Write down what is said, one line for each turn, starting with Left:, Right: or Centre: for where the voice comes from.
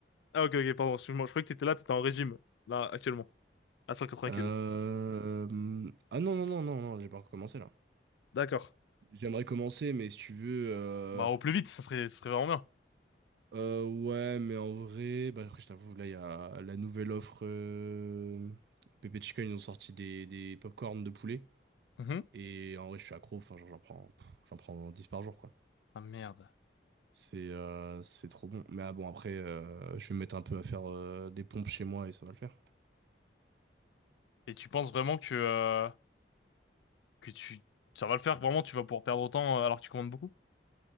Left: Ah ok ok pardon excuse-moi je croyais que t'étais là t'étais en régime là actuellement à 180
Right: Euh...
Left: kilos.
Right: Ah non, non, non, non, non, j'ai pas recommencé là.
Left: D'accord.
Right: J'aimerais commencer, mais si tu veux. Euh...
Left: Bah au plus vite ça serait ça serait vraiment bien.
Right: euh, ouais, mais en vrai, bah, après, je t'avoue, là, il y a la nouvelle offre. Euh... Pepe Chica, ils ont sorti des, des pop de poulet.
Left: Mhm.
Right: Et en vrai, je suis accro, enfin, genre, j'en prends, pff, j'en prends 10 par jour, quoi.
Left: Ah merde.
Right: C'est euh, c'est trop bon. Mais ah bon, après, euh, je vais me mettre un peu à faire euh, des pompes chez moi et ça va le faire.
Left: Et tu penses vraiment que euh, que tu ça va le faire vraiment tu vas pouvoir perdre autant euh, alors que tu commandes beaucoup?